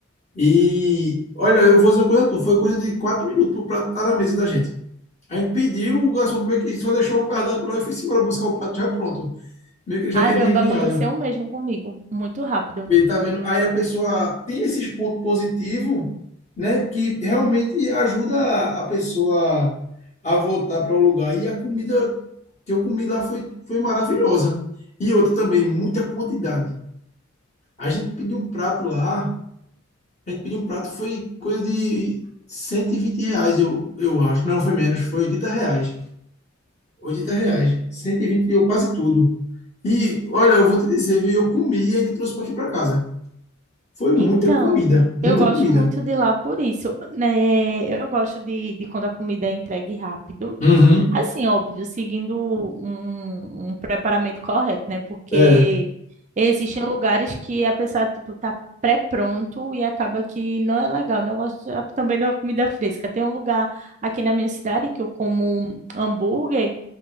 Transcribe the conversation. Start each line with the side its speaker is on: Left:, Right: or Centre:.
Left: E olha, eu vou dizer uma coisa, a tu, foi coisa de quatro minutos pro prato estar na mesa da gente. A gente pediu, o garçom meio que só deixou o cardápio lá e foi embora buscar o prato já pronto. Meio que ele já
Right: Caramba,
Left: tinha adivinhado.
Right: aconteceu o mesmo comigo, muito rápido.
Left: Ele tá vendo? Aí a pessoa tem esses pontos positivos, né? Que realmente ajuda a a pessoa a voltar para o lugar. E a comida que eu comi lá foi, foi maravilhosa. E outra também, muita quantidade. A gente pediu um prato lá, a gente pediu um prato, foi coisa de 120 reais, eu, eu acho. Não, foi menos, foi 80 reais. oitenta reais. cento e vinte eu quase tudo. E olha, eu vou te dizer, viu? Eu comi e ainda trouxe para aqui para casa. Foi
Right: Então,
Left: muita comida, muita
Right: eu gosto
Left: comida.
Right: muito de lá por isso, né? Eu gosto de, de quando a comida é entregue rápido.
Left: Uhum.
Right: Assim, óbvio, seguindo um, um preparamento correto, né? Porque
Left: É,
Right: existem lugares que a pessoa, tipo, tá pré-pronto e acaba que não é legal. O negócio já também não é comida fresca. Tem um lugar aqui na minha cidade que eu como hambúrguer.